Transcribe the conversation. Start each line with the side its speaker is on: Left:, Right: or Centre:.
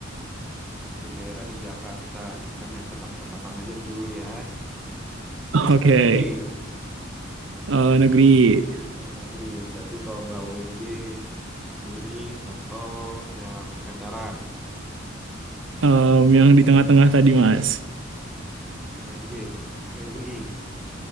Centre: Hmm, Satu daerah di Jakarta. Kita main tebak-tebakan aja dulu ya.
Right: <laughs>
Centre: Swasta
Right: Oke,
Centre: negeri.
Right: eh, negeri
Centre: Oh negeri, berarti kalau nggak UNJ, UI atau yang veteran.
Right: em, yang di tengah-tengah tadi Mas.
Centre: UNJ, eh UI.